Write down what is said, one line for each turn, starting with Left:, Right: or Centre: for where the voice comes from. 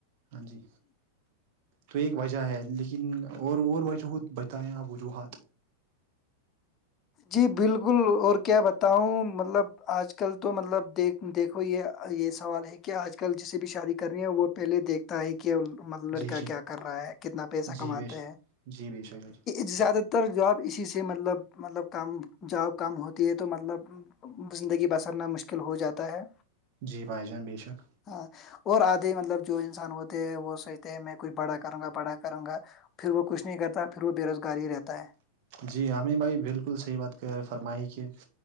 Right: ہاں جی تو ایک وجہ ہے لیکن اور اور وجہت بتائیں آپ وجوہات
Left: جی بالکل اور کیا بتاؤں مطلب آج کل تو مطلب دیکھ دیکھو یہ یہ سوال ہے کہ آج کل جسے بھی شادی کر رہی ہیں وہ پہلے دیکھتا ہے کہ کہ لڑکا
Right: جی جی
Left: کیا کر رہا ہے کتنا پیسہ
Right: جی
Left: کماتا
Right: بے
Left: ہیں
Right: جی بے شک
Left: زیادہ ت اتر جاب اسی سے مطلب مطلب کم جاب کم ہوتی ہے تو مطلب زندگی بسرنا مشکل ہو جاتا ہے
Right: جی بھائی جان بے شک
Left: ہاں اور آدھے مطلب جو انسان ہوتے ہیں وہ سوچتے ہیں میں کچھ بڑا کروں گا بڑا کروں گا پھر وہ کچھ نہیں کرتا پھر وہ بے روزگار ہی رہتا ہے
Right: جی ہمیں بھائی بالکل صحیح بات کر ہیں فرمائی کی